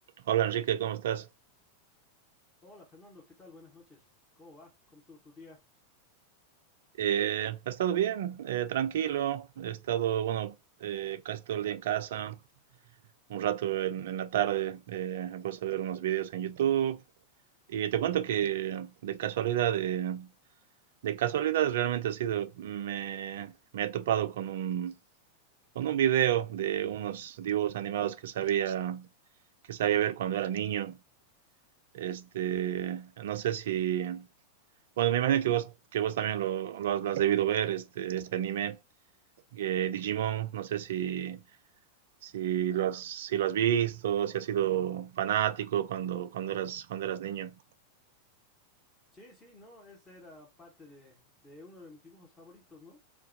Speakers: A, on the right; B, on the left.
A: Hola Enrique, ¿cómo estás?
B: Hola Fernando, ¿qué tal? Buenas noches. ¿Cómo va? ¿Cómo estuvo tu día?
A: Eh, he estado bien, eh, tranquilo, he estado, bueno, eh, casi todo el día en casa, un rato en, en la tarde, eh, he puesto a ver unos videos en YouTube y te cuento que de casualidad, eh, de casualidad realmente ha sido, me, me he topado con un, con un video de unos dibujos animados que sabía, que sabía ver cuando era niño. Este, no sé si, Bueno, me imagino que vos, que vos también lo, lo has, lo has debido ver, este, este anime, eh, Digimon, no sé si, si lo has, si lo has visto, si has sido fanático cuando, cuando eras, cuando eras niño.
B: Sí, sí, no, ese era parte de, de uno de mis dibujos favoritos, ¿no?